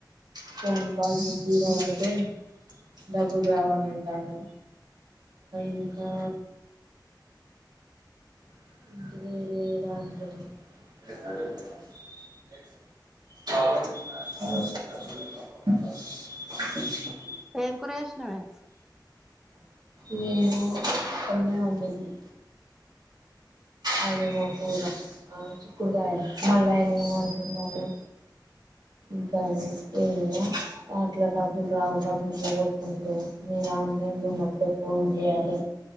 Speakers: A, on the right; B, in the centre.
A: ఫోన్ కాల్స్ జీరో పడితే డబ్బులు రావాని అంటాండు ఇంకా <unintelligible>
B: ఏం కూర చేసినవే
A: నేను కొన్నే వండింది అదేమో కూర ఆ చిక్కుడుకాయ మళ్ళీ ఆయన ఏమో అంటుండు అలా ఇంకా ఏమమో అట్లా డబ్బులు రావు డబ్బులు పోగొట్టుకుంటారు మీరు ఆన్లైన్లో ఉన్నప్పుడే ఫోన్ చేయాలి